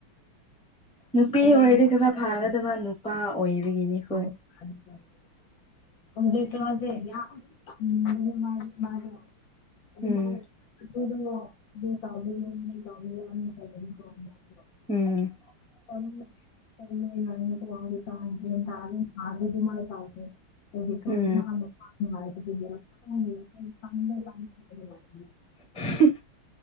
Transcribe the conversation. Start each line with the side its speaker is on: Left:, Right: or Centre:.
Centre: ꯅꯨꯄꯤ
Left: ꯐꯖꯅ
Centre: ꯑꯣꯏꯔꯗꯤ ꯈꯔ ꯐꯒꯗꯕ ꯅꯨꯄꯥ ꯑꯣꯏꯕꯒꯤꯅꯤ ꯑꯩꯈꯣꯏ
Left: ꯑꯣ <unintelligible> ꯍꯧꯖꯤꯛ ꯀꯥꯟꯁ‌ꯦ ꯌꯥꯝ ꯄꯪꯕꯅꯦ ꯃꯥꯗꯣ ꯑꯗꯨꯃꯥꯏꯅ
Centre: ꯎꯝ
Left: ꯑꯗꯨꯗꯀ‌ꯣ ꯑꯗꯨ <unintelligible> <unintelligible> <unintelligible> <unintelligible>
Centre: ꯎꯝ
Left: <inaudible> <inaudible> <inaudible> <inaudible> <inaudible> <inaudible>
Centre: ꯎꯝ
Left: <inaudible> <inaudible> <inaudible> <inaudible>
Centre: <unintelligible>